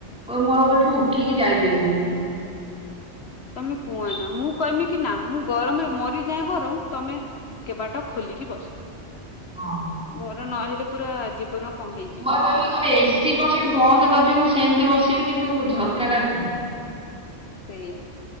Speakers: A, in the centre; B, on the left (about 65°).
A: କହିବୁ ମୁଁ ଆଉ ଏଠୁ ଉଠିକି ଯାଇପାରିବିନି।
B: ତମେ କୁହ ନା ମୁଁ କହିବି କି ନା ମୁଁ ଗରମରେ ମରିଯାଏ ବରଂ ତମେ କବାଟ ଖୋଲିକି ବସ
A: ହଁ।
B: ମୋର ନହେଲେ ପୁରା ଜୀବନ କଣ ହେଇଯିବ
A: ମୋର କହିବି ଏସି ପଛରେ ବନ୍ଦ କରିଦିଅ ମୁଁ ସେମିତି ବସି କିନ୍ତୁ ଝରକାଟା ଖୋଲ।
B: ସେଇଆ।